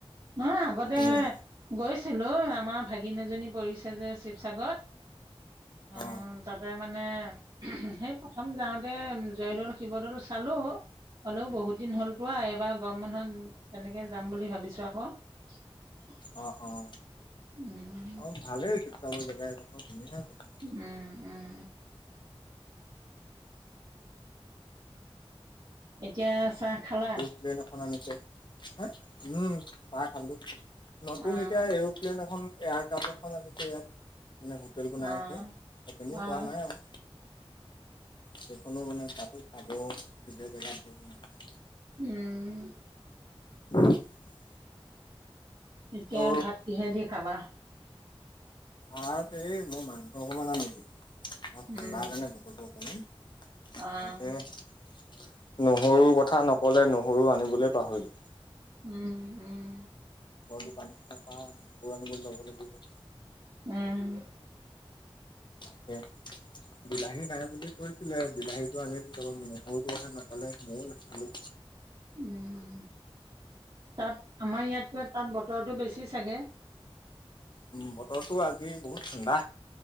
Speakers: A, on the right; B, on the left.
A: নহয় আগতে
B: উম
A: গৈছিলো আমাৰ ভাগিন এজনী পৰিছে যে শিৱসাগৰত। উম,
B: অ
A: তাতে মানে সেই প্ৰথম যাওঁতে জয়দৌল শিৱদৌল চালো। হ'লেও বহুত দিন যোৱা এইবাৰ গৰম বন্ধত এনেকে যাম বুলি ভাবিছো আকৌ
B: অ অ অ
A: উম।
B: অ', ভালেই শিৱসাগৰ জেগা এই দখৰ ধুনীয়া জেগা।
A: উম, উম। এতিয়া চাহ খালা?
B: প্লেন এখন আনিছে, হা উম চাহ খালো, নতুন
A: অ',
B: এতিয়া এৰোপ প্লেন এখন এয়াৰ কাপ এখন আনিছে ইয়াত। মানে হোটেল বো নাই
A: অ',
B: এতে, এনেই
A: অ',
B: কোৱা নাই আৰু। সেইখনো মানে তাতো চাব বিশেষ জেগাত
A: উম।
B: <unintelligible>
A: এতিয়া
B: অ
A: ভাত কিহেদি খাবা?
B: ভাত এই, মই মাংস অকমান আনিছিলোঁ। অহ, ঠাণ্ডা
A: উম,
B: কাৰণে বতৰটো অকণমান তাকে
A: অ',
B: নহৰু কথা নক'লে, নহৰু আনিবলৈ পাহৰিলোঁ।
A: উম', উম'।
B: দোকান খনৰ পৰা নহৰু আনি ল'ব লাগিব।
A: উম।
B: তাকে বিলাহী নাই বুলি কৈছিলে, বিলাহীতো আনিলো তাৰমান, নহৰুটো কথা নাপালে মইয়োও নাাপালোঁ।
A: উম, তাত, আমাৰ ইয়াতকৈ তাত বতৰটো বেছি চাগে।
B: উম বতৰটো আজি বহুত ঠাণ্ডা।